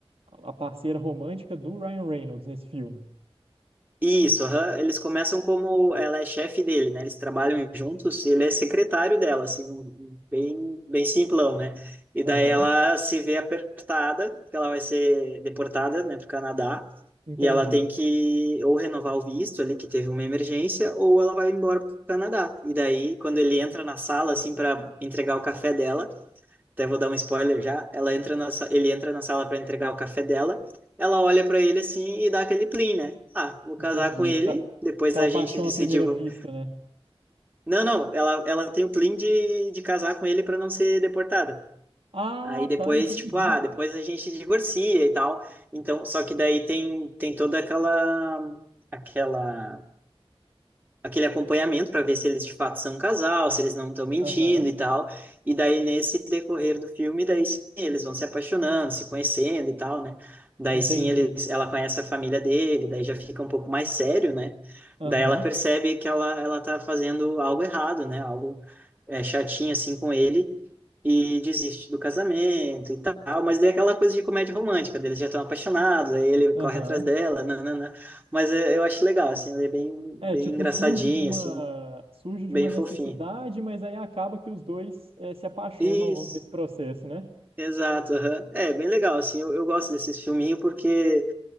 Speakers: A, on the right (about 65°); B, on the right (about 20°).
A: a parceira romântica do Ryan Reynolds nesse filme.
B: Isso, aham. Eles começam como ela é chefe dele, né? Eles trabalham juntos, e ele é secretário dela, assim, um- um bem, bem simplão, né? E daí
A: Aham,
B: ela se vê apertada, porque ela vai ser deportada, né, para o Canadá,
A: Entendi.
B: e ela tem que ou renovar o visto ali, que teve uma emergência, ou ela vai embora para o Canadá. E daí, quando ele entra na sala, assim, para entregar o café dela, até vou dar um spoiler já, ela entra na, sa- ele entra na sala para entregar o café dela, ela olha para ele assim e dá aquele plim, né? Ah, vou
A: Entendi.
B: casar com ele,
A: Aquela
B: depois
A: aquela
B: a
A: paixão
B: gente
A: à
B: se
A: primeira
B: divo...
A: vista, né?
B: Não, não, ela, ela tem o plim de, de casar com ele para não ser deportada.
A: Ah,
B: Aí depois,
A: tá, entendi.
B: tipo, ah, depois a gente divorcia e tal. Então, só que daí tem, tem toda aquela aquela aquele acompanhamento para ver se eles de fato são um casal, se eles não estão mentindo
A: Aham,
B: e tal. E daí nesse decorrer do filme, daí sim, eles vão se apaixonando, se conhecendo e tal, né? Daí
A: Entendi.
B: sim eles, ela conhece a família dele, daí já fica um pouco mais sério, né?
A: Aham,
B: Daí ela percebe que ela ela tá fazendo algo errado, né? Algo é, chatinho assim com ele. E desiste do casamento e tal, mas daí é aquela coisa de comédia romântica, deles já estão apaixonados, aí ele
A: Aham.
B: corre atrás dela, nanana. Mas é- eu acho legal, assim, ele é bem,
A: É,
B: bem
A: tipo,
B: engraçadinho,
A: surge de uma,
B: assim,
A: surge
B: bem
A: de uma
B: fofinho.
A: necessidade, mas aí acaba que os dois eh, se apaixonam
B: Isso,
A: ao longo desse processo, né?
B: exato, aham. É, bem legal, assim, eu, eu gosto desses filminhos porque